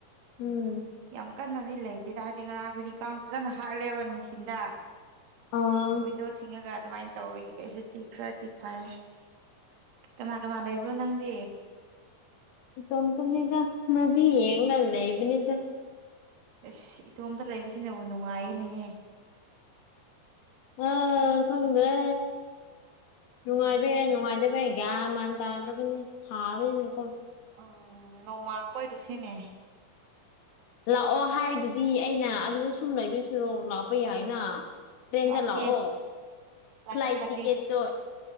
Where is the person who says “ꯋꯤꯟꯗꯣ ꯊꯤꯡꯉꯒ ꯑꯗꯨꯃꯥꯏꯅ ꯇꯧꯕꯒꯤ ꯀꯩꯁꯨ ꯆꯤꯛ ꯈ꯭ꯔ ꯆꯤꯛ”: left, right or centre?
Right